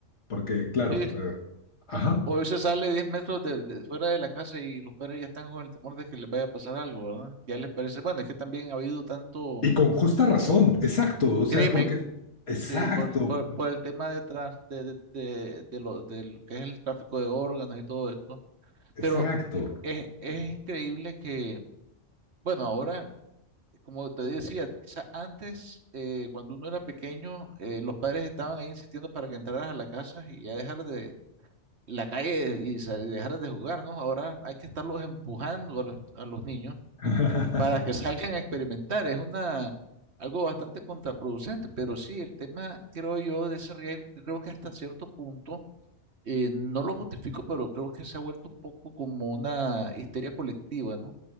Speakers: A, on the left (about 65°); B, on the right (about 60°).
A: Porque, claro,
B: Sí,
A: eh, ajá.
B: hoy se sale 10 metros de, de fuera de la casa y los padres ya están con el temor de que les vaya a pasar algo, ¿verdad? Ya les parece, bueno, es que también ha habido tanto
A: Y con justa razón,
B: eh,
A: exacto.
B: cr-
A: O sea,
B: crimen
A: porque, exacto,
B: sí, por, por, por el tema de, trans- de, de, de- de lo, de lo que es el tráfico de órganos y todo esto.
A: exacto.
B: Pero eh, es, es increíble que, bueno, ahora... como te decía, quizás antes, eh, cuando uno era pequeño, eh, los padres estaban ahí insistiendo para que entraras a la casa y ya dejar de la calle y, sa- y dejaras de jugar, ¿no? Ahora hay que estarlos empujando a los, a los niños
A: <laughs>
B: para que salgan a experimentar. Es una, algo bastante contraproducente, pero sí, el tema, creo yo, de ese riesgo, que creo que hasta cierto punto eh, no lo justifico, pero creo que se ha vuelto un poco como una histeria colectiva, ¿no?